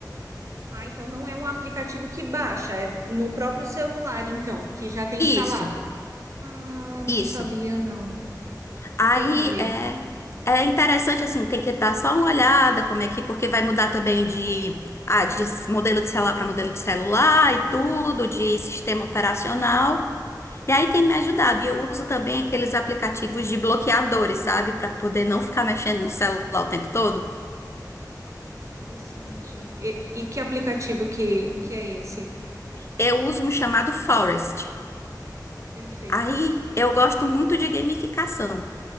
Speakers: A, on the right; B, on the left.
A: Ah, então não é um aplicativo que baixa, é no próprio celular, então, que já tem instalado.
B: Isso,
A: Ah, não
B: isso.
A: sabia, não.
B: Aí
A: Entendi.
B: é, é interessante assim, tem que dar só uma olhada como é que, porque vai mudar também de, ah, de modelo de celular para modelo de celular e tudo, de sistema operacional. E aí tem me ajudado. E eu uso também aqueles aplicativos de bloqueadores, sabe? Para poder não ficar mexendo no celular o tempo todo.
A: Interessante. E, e que aplicativo que, que é esse?
B: Eu uso um chamado Forest.
A: Perfeito.
B: Aí eu gosto muito de gamificação.